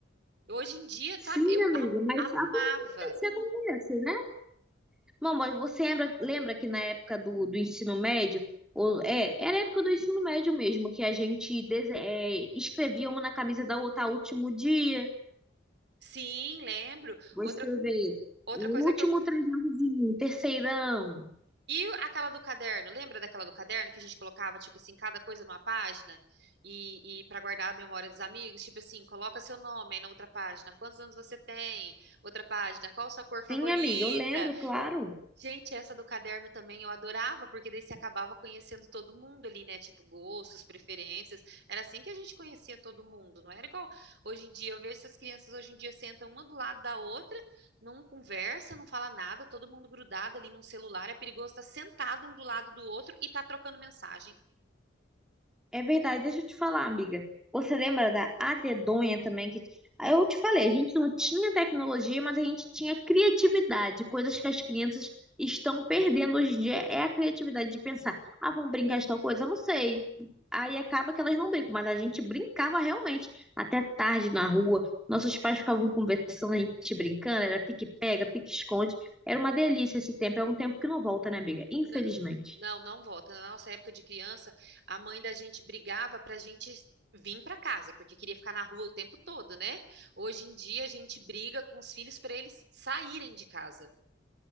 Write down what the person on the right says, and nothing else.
Hoje em dia,
sabe? Eu
am-
amava.
Sim, lembro.
Outra,
outra
coisa que eu
E aquela do caderno, lembra daquela do caderno que a gente colocava, tipo assim, cada coisa numa página e, e para guardar a memória dos amigos, tipo assim, coloca seu nome aí na outra página, quantos anos você tem? Outra página, qual sua cor favorita?
Gente, essa do caderno também eu adorava, porque daí você acabava conhecendo todo mundo ali, né? Tipo, gostos, preferências. Era assim que a gente conhecia todo mundo, não era igual hoje em dia. Eu vejo essas crianças hoje em dia sentam uma do lado da outra não conversa, não fala nada, todo mundo grudado ali num celular, é perigoso estar sentado um do lado do outro e tá trocando mensagem.
N- Não, não volta. Na nossa época de criança, a mãe da gente brigava pra gente vir pra casa, porque queria ficar na rua o tempo todo, né? Hoje em dia a gente briga com os filhos pra eles saírem de casa.